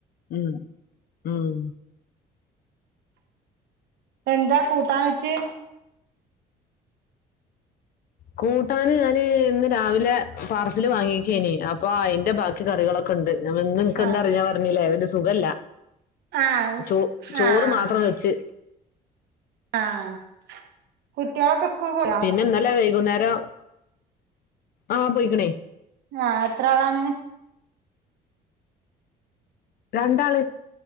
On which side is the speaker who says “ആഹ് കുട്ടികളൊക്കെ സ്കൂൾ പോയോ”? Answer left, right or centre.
Right